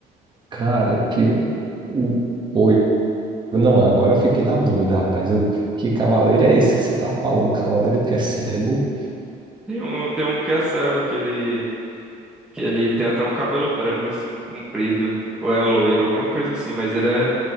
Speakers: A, on the right; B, in the centre.
A: Cara, que. o- Oi. Não, agora eu fiquei na dúvida, rapaz. Eu- Que cavaleiro é esse que você tá falando? Cavaleiro que é cego?
B: Tem um, tem um que é cego, que ele, que ele tem até um cabelo branco, assim, comprido. Ou é loiro, alguma coisa assim. Mas ele é,